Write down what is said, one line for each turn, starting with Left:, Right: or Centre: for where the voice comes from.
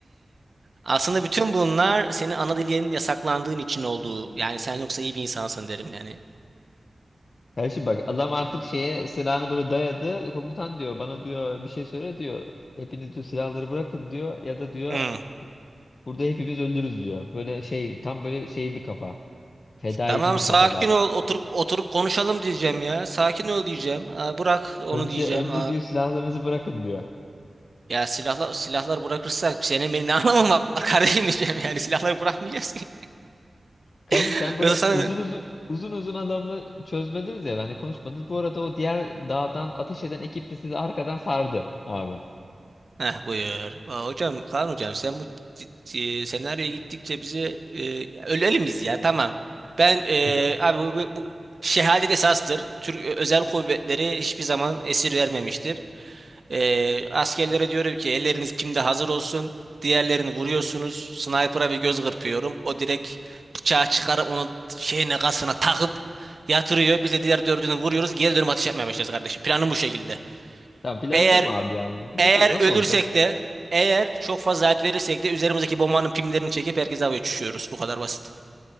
Right: Aslında bütün bunlar senin ana dilinin yasaklandığın için olduğu. Yani sen yoksa iyi bir insansın derim yani.
Left: Kardeşim bak adam artık şeye silahını böyle dayadı. Komutan diyor bana diyor bir şey söyle diyor. Hepiniz diyor silahları bırakın diyor. Ya da diyor
Right: Hmm.
Left: burada hepimiz ölürüz diyor. Böyle şey tam böyle şey bir kafa. Fedaici
Right: Tamam
Left: bir
Right: sakin
Left: kafada adam.
Right: ol oturup oturup konuşalım diyeceğim ya. Sakin ol diyeceğim. Aa, bırak onu
Left: Önce
Right: diyeceğim.
Left: önce
Right: Aa,
Left: diyor silahlarınızı bırakın diyor.
Right: ya silahlar silahlar bırakırsak senin benim ne anlamım var <laughs> kardeşim diyeceğim. Yani silahları bırakmayacağız ki.
Left: Kardeşim
Right: <laughs>
Left: sen böyle
Right: Yoksa sana
Left: uzun uzun uzun uzun adamla çözmediniz ya hani konuşmadınız. Bu arada o diğer dağdan ateş eden ekip de sizi arkadan sardı abi.
Right: Heh, buyur. Aa, hocam Kaan hocam sen bu c- c- senaryoya gittikçe bize e, ölelim biz ya tamam. Ben e,
Left: Hoca
Right: abi bu, bu, bu şehadet esastır. Türk e, özel kuvvetleri hiçbir zaman esir vermemiştir. E, askerlere diyorum ki elleriniz kimde hazır olsun. Diğerlerini vuruyorsunuz. Sniper'a bir göz kırpıyorum. O direkt bıçağı çıkarıp onun şeyine kasına takıp yatırıyor. Biz de diğer dördünü vuruyoruz. Geri dönüp atış yapmaya başlarız kardeşim. Planım bu şekilde.
Left: tamam planı
Right: Eğer
Left: bu mu abi yani? Nasıl
Right: eğer
Left: nasıl
Right: ölürsek
Left: olacak? şimdi?
Right: de eğer çok fazla hayat verirsek de üzerimizdeki bombanın pimlerini çekip herkese havaya uçuşuyoruz. Bu kadar basit.